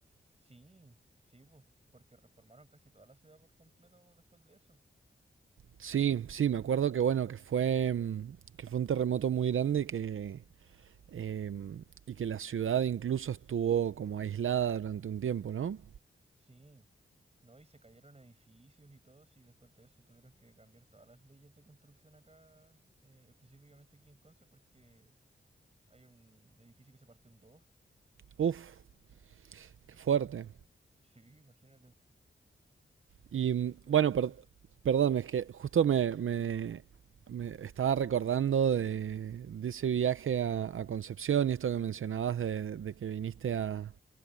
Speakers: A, on the right; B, on the right.
A: Sí, sí, po, porque reformaron casi toda la ciudad por completo después de eso.
B: Sí, sí, me acuerdo que bueno, que fue, mm, que fue un terremoto muy grande y que, Eh, y que la ciudad incluso estuvo como aislada durante un tiempo, ¿no?
A: Sí, no, y se cayeron edificios y todo, y después de eso tuvieron que cambiar todas las leyes de construcción acá, eh, específicamente aquí en Conce, porque hay un edificio que se partió en dos.
B: Uf,
A: Y
B: qué fuerte.
A: sí, imagínate,
B: Y mm,
A: pero...
B: bueno, per- perdón, es que justo me, me- me estaba recordando de, de ese viaje a, a Concepción y esto que mencionabas de, de que viniste a,